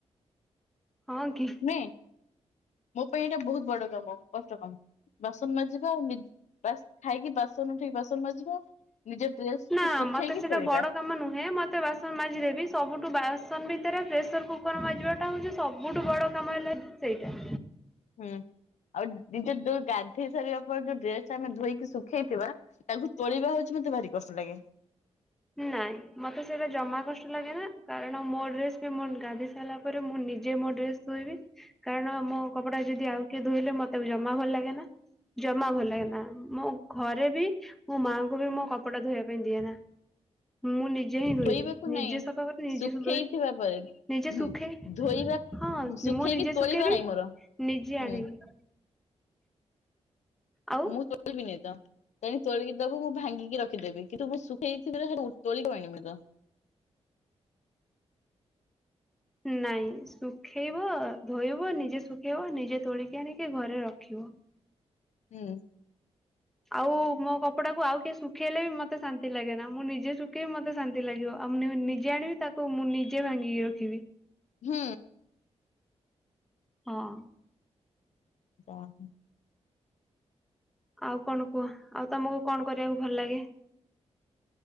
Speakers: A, in the centre; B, on the left (about 85°).
A: ହଁ କି?
B: ନୁହେଁ, ମୋ ପାଇଁ ଏଇଟା ବହୁତ ବଡ କାମ କଷ୍ଟ କାମ। ବାସନ ମାଜିବା ନି ବାସ୍ ଖାଇକି ବାସନ ଉଠିକି ବାସନ ମାଜିବା। ନିଜ ଡ୍ରେସ
A: ନା
B: କୁ ଶୁଖେଇକି
A: ମତେ ସେଟା
B: ତୋଳିବା
A: ବଡ କାମ ନୁହେଁ ମ ବାସନ ମାଜି ଦେବି ସବୁଠୁ ବାସନ ଭିତରେ ପ୍ରେସର କୁକର ମାଜିବାଟା ହଉଛି ସବୁଠୁ ବଡ଼ କାମ ହେଲା ସେଇଟା।
B: ହୁଁ, ଆଉ ନିଜେ ଯୋ ଗାଧେଇ ସାରିବା ପରେ ଯୋଉ ଡ୍ରେସ ଟା ଆମେ ଧୋଇକି ଶୁଖେଇଥିବା, ତାଙ୍କୁ ତୋଳିବା ହଉଚି ମତେ ଭାରି କଷ୍ଟ ଲାଗେ।
A: ନାଇଁ ମତେ ସେଇଟା ଜମା କଷ୍ଟ ଲାଗେ ନା କାରଣ ମୋ ଡ୍ରେସ୍ ବି ମୁଁ ଗାଧେଇ ସାରିଲା ପରେ ପରେ ମୁଁ ନିଜେ ମୋ ଡ୍ରେସ୍ ଧୋଇବି। କାରଣ ମୋ କପଡା ଯଦି ଆଉ କିଏ ଧୋଇଲେ ମତେ ବି ଜମାବି ଭଲ ଲାଗେ ନା। ଜମା ଭଲ ଲାଗେ ନା, ମୋ ଘରେ ବି ମୋ ମାଆଙ୍କୁ ବି ମୋ କପଡା ଧୋଇବା ପାଇଁ ଦିଏ ନା। ମୁଁ ନିଜେ ହିଁ ଧେଇଦିଏ
B: ଧୋଇବାକୁ
A: ନିଜେ
B: ନାଇଁ
A: ସଫା କରି ନିଜେ
B: ଶୁଖେଇଥିବା
A: ସବୁ ବେଳେ
B: ପରେ
A: ନିଜେ
B: ହୁଁ
A: ଶୁଖେ
B: ଧୋଇବା
A: ହଁ
B: ଶୁଖେଇକି
A: ମୁଁ ନିଜେ
B: ତୋଳିବା
A: ଶୁଖେଇଦେବି
B: ନାଇଁ ମୋର
A: ନିଜେ
B: ହୁଁ
A: ଆଣିବି। ଆଉ
B: ମୁଁ <unintelligible> ନେହି ତ। ତେଣିକି ତୋଳି କି ଦବୁ ମୁଁ ଭାଙ୍ଗିକି ରଖିଦେବି, କିନ୍ତୁ ମୁଁ ଶୁଖେଇଥିବି <unintelligible> ତୋଳିକି ଆଣିବୁନି ତ।
A: ନାଇଁ ଶୁଖେଇବ ଧୋଇବ ନିଜେ ଶୁଖେଇବ ନିଜେ ତୋଳିକି ଆଣକି ଘରେ ରଖିବ।
B: ହୁଁ।
A: ଆଉ ମୋ କପଡା କୁ ଆଉ କିଏ ଶୁଖେଇଲେ ବି ମତେ ଶାନ୍ତି ଲାଗେ ନା ମୁଁ ନିଜେ ଶୁଖେଇବ୍ ମତେ ଶାନ୍ତ ଶାନ୍ତିଲାଗିବ ଆଉ ମୁଁ ନ ନିଜେ ଆଣିବି ତାକୁ ମୁଁ ନିଜେ ଭାଙ୍ଗିକି ରଖିବି।
B: ହୁଁ।
A: ହଁ।
B: ଯା ହ।
A: ଆଉ କଣ କୁହ ଆଉ ତମକୁ କଣ କରିବାକୁ ଭଲ ଲାଗେ?